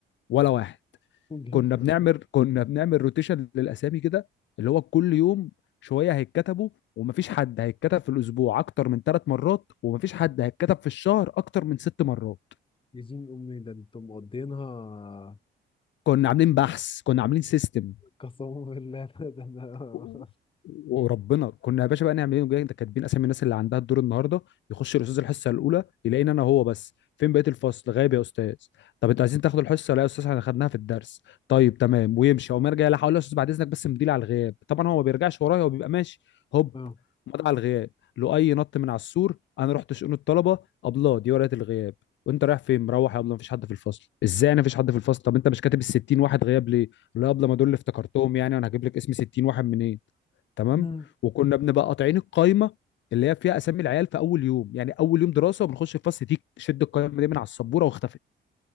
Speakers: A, on the left; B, on the left.
A: ولا واحد
B: جامد
A: كنا بنعمل
B: فشخ
A: كنا بنعمل روتيشن للاسامي كده اللي هو كل يوم شويه هيتكتبوا ومفيش حد هيتكتب في الاسبوع اكتر من ثلاث مرات ومفيش حد هيتكتب في الشهر اكتر من ست مرات
B: يا دين امي ده انتم مقضينها
A: كنا عاملين بحث كنا عاملين سيستم
B: قسما بالله <laughs> ده ده
A: و-
B: ده-
A: وربنا كنا يا باشا بقى نعمل ايه نقول لك ده كاتبين اسامي الناس اللي عندها الدور النهارده يخش الاستاذ الحصه الاولى يلاقيني انا هو بس فين بقيه الفصل غايب يا استاذ طب انتوا عايزين تاخدوا الحصه لا يا استاذ احنا خدناها في الدرس طيب تمام ويمشي او ما يرجع لا هقول له يا استاذ بعد اذنك بس مديل على الغياب طبعا هو ما بيرجعش ورايا هو بيبقى ماشي هوب
B: اه
A: مضى على الغياب لؤي نط من على السور انا رحت شؤون الطلبه ابله دي ورقه الغياب وانت رايح فين مروح يا ابله مفيش حد في الفصل ازاي انا مفيش حد في الفصل طب انت مش كاتب ال 60 واحد غياب ليه لا قبل ما دول اللي افتكرتهم يعني انا هجيب لك اسم 60 واحد منين تمام
B: مم.
A: وكنا بنبقى قاطعين القايمه اللي هي فيها اسامي العيال في اول يوم يعني اول يوم دراسه وبنخش الفصل دي شد القايمه دي من على السبوره واختفت